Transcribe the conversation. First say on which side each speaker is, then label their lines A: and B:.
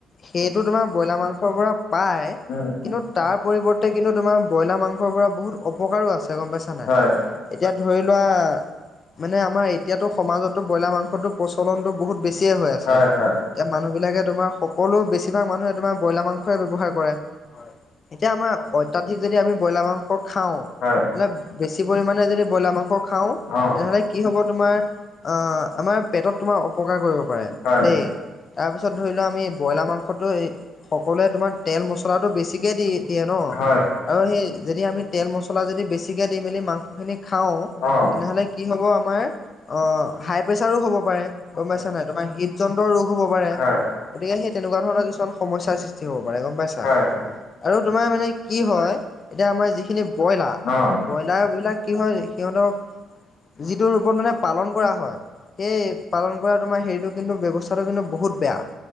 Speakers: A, on the left; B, on the left.
A: সেইটো তোমাৰ ব্ৰইলাৰ মাংসৰ পৰা পাই।
B: উম
A: কিন্তু তাৰ পৰিৱৰ্তে কিন্তু তোমাৰ ব্ৰইলাৰ মাংস মাংস পৰা বহুত অপকাৰো আছে গম পাইছা নে
B: হয়
A: এতিয়া ধৰি লোৱা মানে আমাৰ এই এতিয়াতো সমাজতো ব্ৰইলাৰ মাংসটো প্ৰচলনতো বহুত বেছিয়ে হৈ আছে
B: হয়
A: এতিয়া
B: হয়
A: মানুহ বিলাকে তোমাৰ সকলো বেছিভাগ মানুহে তোমাৰ ব্ৰইলাৰ মাংসৰে ব্যৱহাৰ কৰে হয় এতিয়া আমাৰ অত্যাধিক যদি আমি ব্ৰইলাৰ মাংস খাওঁ।
B: হয়।
A: মে বেছি পৰিমাণে যদি ব্ৰইলাৰ মাংস খাওঁ
B: অ।
A: তেনেহ'লে কি হ'ব তোমাৰ আহ আমাৰ পেটত তোমাৰ অপকাৰ কৰিব পাৰে
B: হয়।
A: দেই। তাৰপিছত ধৰি লোৱা আমি ব্ৰইলাৰ মাংসটো এই সকলোৱে তোমাৰ তেল মছলাটো বেছিকে দি দিয়ে ন
B: হয়,
A: আৰু সেই যদি আমি তেল মছলা যদি বেছিকে দি মেলি মাংসখিনি খাওঁ
B: অ।
A: তেনেহ'লে কি হ'ব আমাৰ অ হাই প্ৰেছাৰো হ'ব পাৰে গম পাইছা নাই তোমাৰ হৃদযন্ত্ৰ ৰোগ হ'ব পাৰে।
B: হয়,
A: গতিকে সেই তেনেকুৱা ধণৰ কিছু সমস্যাৰ সৃষ্টি হব পাৰে গম পাইছা।
B: হয়, হয়।
A: আৰু তোমাৰ মানে কি হয়। এতিয়া আমাৰ যিখিনি ব্ৰইলা
B: অ।
A: ব্ৰইলাৰ বিলাক কি হয় সিহঁতক যিটো ৰূপত মানে পালন কৰা হয় সেই পালন কৰা তোমাৰ হেৰিটো কিন্তু ব্যৱস্থাটো কিন্তু বহুত বেয়া